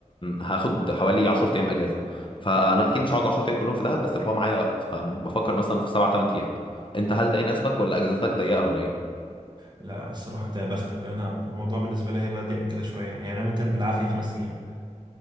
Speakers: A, on the left (about 40°); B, on the right (about 35°).
A: هاخد حوالي 10 ايام اجازه فانا اكيد مش هقعد ال 10 ايام كلهم في دهب بس اللي هو معايا وقت فبفكر مثلا في سبع 8 ايام انت هل ده يناسبك ولا اجازتك ضيقه ولا ايه
B: لا الصراحه انت يا بختك انا الموضوع بالنسبه لي هيبقى ضيق من كده شويه يعني يعني انا ممكن بالعافيه خمس ايام